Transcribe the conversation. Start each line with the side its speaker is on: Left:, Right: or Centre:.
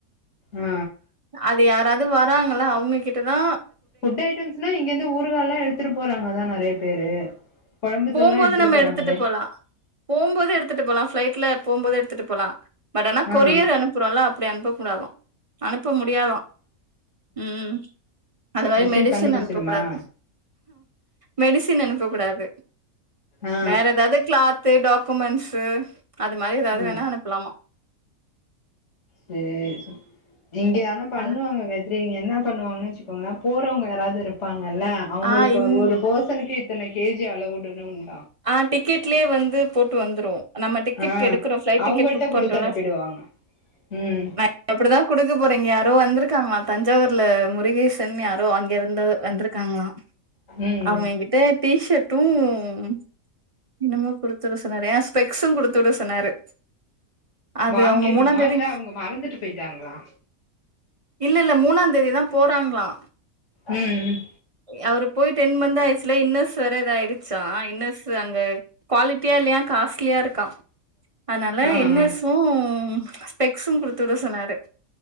Left: ஆ
Right: அது யாராது வ ராங்கள அவுங்ககிட்டதா
Left: ஃபுட் ஐட்டம்ஸ்னா இங்கெந்து ஊறுகால்லா எடுத்துட்டு போறாங்கதா நெறைய பேரு கொழம்புத்தூள்லா
Right: போம்போது நம்ம
Left: போறாங்களே
Right: எடுத்துட்டு போலா போம்போது எடுத்துட்டு போலா ஃப்ளைட்ல போம்போது எடு த்துட்டு போலா பட் ஆனா
Left: ஆ
Right: கொரியர் அனுப்புறோல்ல அப்பிடி அனுப்ப கூடாதா அனுப்ப முடியாதா ம் அது மாரி
Left: மிஷின்
Right: மெடிசன்
Left: கண்டுபிடிச்சிருமா
Right: அனுப்ப கூடாது மெடிசன் அனுப்ப கூடாது
Left: ஆ
Right: வேற எதாவ்து க்ளாத்து டாக்குமெண் ட்ஸு அது மாரி எதாவ்து
Left: ஆ
Right: வேணா அனுப்லாமா
Left: சேரிப்ப இங்க ஆனா பண்ணுவாங்க
Right: அது
Left: கே இவங்க என்ன பண்ணுவாங்கன்னு வச்சுக்கோங்களா போறவங்க யாராவது இருப்பாங் கல்ல அவுங்களுக்கு
Right: ஆ இன்
Left: ஒரு பர்சனுக்கு இத் த்தன கேஜி அளவுடனுன்னு
Right: ஆ டிக் கெட்லே வந்து போட்டு வந்துரும் நம்ம டிக்கெட்
Left: ஆ
Right: எடுக்கறோம் ஃபளைட்
Left: அவங்கள்ட்ட
Right: டிக்கெட் புக்
Left: குடுத்து
Right: பண்றோல்ல
Left: அனுப்பிடுவாங்க ம்
Right: நா அப்டிதா குடுக்க போறே இங்க யாரோ வந்துருக்காங்களா தஞ்சாவூர்ல முருகேசன்னு யா ரோ அங்க இருந்து வந்துருக்காங்களா
Left: ம்
Right: அவங்க என்கிட்ட டீஷட் டும் இன்னமோ குடுத்துட சொன்னாரே ஆ ஸ்பெக்ஸும் குடுத்துட சொன்னாரு அது
Left: வாங்கினுமா
Right: அவங்க மூணாந்தேதி
Left: இல்ல அவங்க மறந்துட்டு போயிட்டாங்களா
Right: இல்ல இல்ல மூணாந் தேதிதா போறாங்களா
Left: ம் ம்
Right: அவரு போய் டென் மந்த் ஆயிடுச்சில இன்னர்ஸ் வேற இதா ஆயிடுச்சா இன்னர்ஸு அங்க குவாலிட்டியா இல்லையா காஸ்ட்லியா இருக் கா அதனால
Left: ஆ
Right: இன்னர்ஸு
Left: ஆ
Right: ஸ்பெக்ஸும் குடுத்துட சொன்னாரு